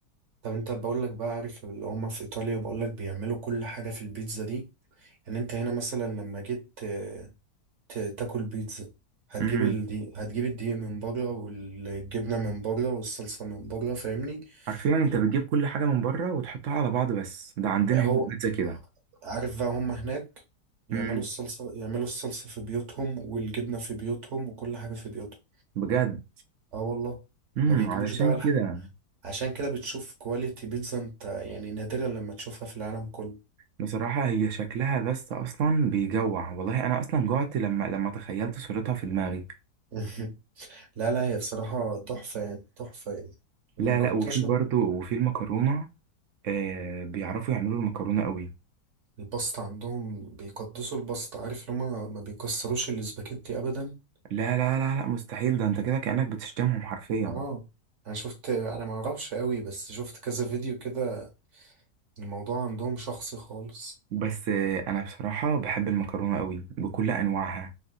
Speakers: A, on the right (about 50°); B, on the right (about 65°).
A: طب انت بقول لك بقى عارف اللي هما في ايطاليا بقول لك بيعملوا كل حاجه في البيتزا دي يعني انت هنا مثلا لما جيت ت- ت- تاكل بيتزا هتجيب
B: امم
A: الدي... هتجيب الدقيق من بره والجبنه من بره والصلصه من بره فاهمني
B: عارفين انت
A: وتب-
B: بتجيب كل حاجه من بره وتحطها على بعض بس ده عندنا
A: هو
B: هنا البيتزا كده
A: عارف بقى هما هناك يعملوا
B: امم
A: الصلصه يعملوا الصلصه في بيوتهم والجبنه في بيوتهم وكل حاجه في بيوتهم
B: بجد
A: اه والله
B: امم
A: ما بيجيبوش
B: علشان
A: بقى
B: كده
A: عشان كده بتشوف كواليتي بيتزا انت يعني نادرا لما تشوفها في العالم كله
B: بصراحه هي شكلها بس اصلا بيجوع والله انا اصلا جوعت لما لما تخيلت صورتها في دماغي
A: <laughs> لا لا هي بصراحة تحفة يعني تحفة يعني
B: لا
A: لو مجربتهاش
B: لا وفي برضو وفي المكرونة آه بيعرفوا يعملوا المكرونة قوي
A: الباستا عندهم بيقدسوا الباستا عارف اللي هما ما بيكسروش الاسباجيتي أبدا
B: لا لا لا لا مستحيل ده انت كده كأنك بتشتمهم حرفيا
A: اه أنا شفت أنا معرفش قوي بس شفت كذا فيديو كده الموضوع عندهم شخصي خالص
B: بس آه انا بصراحة بحب المكرونة قوي بكل انواعها